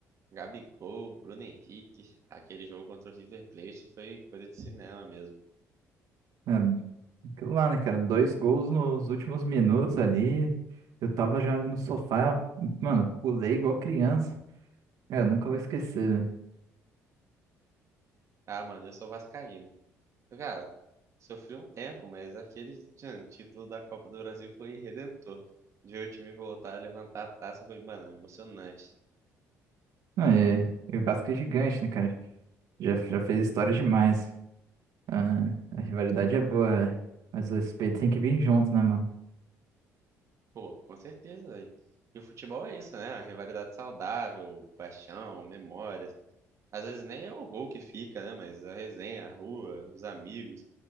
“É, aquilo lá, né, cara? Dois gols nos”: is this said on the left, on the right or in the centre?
Right